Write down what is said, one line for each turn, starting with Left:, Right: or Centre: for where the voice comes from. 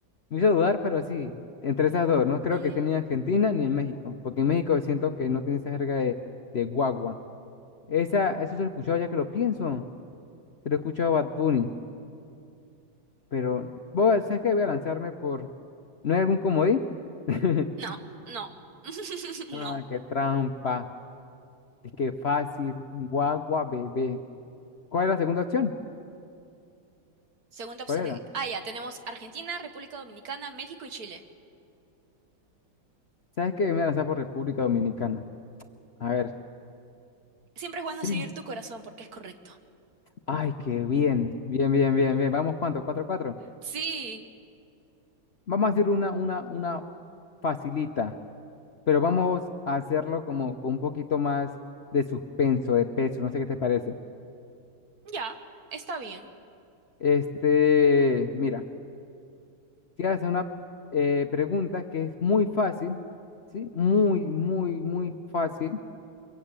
Left: Me hizo dudar, pero sí, entre esas dos. No creo
Right: Mm,
Left: que esté ni en Argentina ni en México, porque en México siento que no tiene esa jerga de, de guagua. Esa, eso se lo he escuchado ya que lo pienso. Se lo he escuchado a Bad Bunny, pero voy a- ¿sabes qué? Voy a lanzarme por... ¿No hay algún comodín? <laughs>
Right: no, no, <laughs> no.
Left: Ah, qué trampa. Es que fácil. Guagua, bebé. ¿Cuál es la segunda opción?
Right: Segunda opción
Left: ¿Cuál era?
Right: de... Ah, ya, tenemos Argentina, República Dominicana, México y Chile.
Left: ¿Sabes qué? Me voy a lanzar por República Dominicana. A ver,
Right: Siempre es
Left: sí.
Right: bueno seguir tu corazón porque es correcto.
Left: Ay, qué bien. Bien, bien, bien, bien. Vamos, ¿cuánto? ¿Cuatro, cuatro?
Right: Sí,
Left: Vamos a hacer una, una, una facilita, pero vamos a hacerlo como con un poquito más de suspenso, de peso. No sé qué te parece.
Right: ya, está bien.
Left: Este, mira, te voy a hacer una eh, pregunta que es muy fácil, ¿sí? Muy, muy, muy fácil.